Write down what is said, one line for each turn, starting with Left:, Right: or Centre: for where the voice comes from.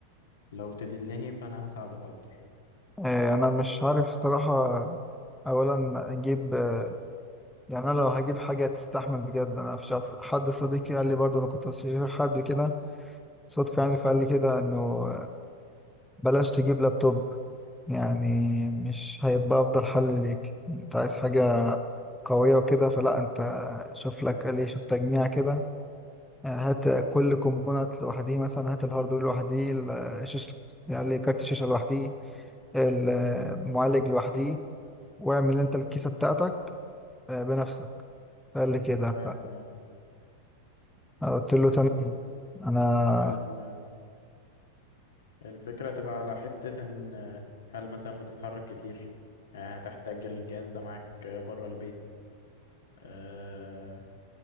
Left: لو تدلني فانا هساعدك اكتر
Centre: آه، انا مش عارف صراحه اولا اجيب آه، يعني انا لو هجيب حاجه تستحمل بجد انا مش عارف حد صديقي قال لي برضو انا كنت بشوف حد كده صدفه يعني فقال لي كده انه بلاش تجيب لابتوب يعني مش هيبقى افضل حل ليك انت عايز حاجة قوية وكده فلا انت شوف لك قال ايه شوف تجميع كده آه، هات كل كومبوننت لوحديه مثلا هات الهاردوير لوحديه ال- شاشة يعني كارت الشاشة لوحديه المعالج لوحديه واعمل انت الكيسة بتاعتك آه، بنفسك قال لي كده ف-
Left: فاهم اه
Centre: آه، قلت له تمام
Left: ال-
Centre: انا
Left: ال- الفكرة تبقى على حتة ان آه، هل مثلا بتتحرك كتير آه، هتحتاج الجهاز ده معاك بره البيت آه،